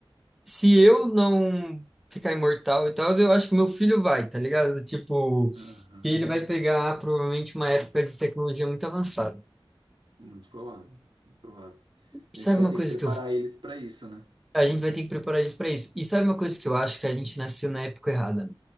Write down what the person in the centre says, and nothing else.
se eu não ficar imortal e tal, eu acho que meu filho vai, tá ligado? Tipo,
que ele vai pegar provavelmente uma época de tecnologia muito avançada.
E
sabe
uma
coisa
que eu,
a gente vai ter que preparar isso para isso. E sabe uma coisa que eu acho que a gente nasceu na época errada,